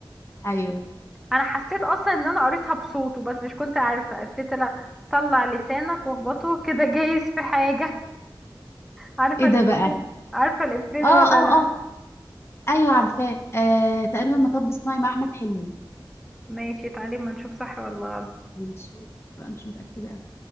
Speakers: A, on the left; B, in the centre.
A: ايوه
B: انا حسيت اصلا ان انا قريتها بصوته بس مش كنت عارفة افيه طلع طلع لسانك واخبطه كده جايز في حاجة عارفة
A: ايه
B: الافيه
A: ده بقى
B: عارفة الافيه ده
A: اه
B: ولا
A: اه
B: لا
A: اه ايوه عارفاه آه تقريبا مطب صناعي مع احمد حلمي
B: ماشي تعالي ما نشوف صح ولا غلط
A: هنشوف بقى مش متاكده أوي.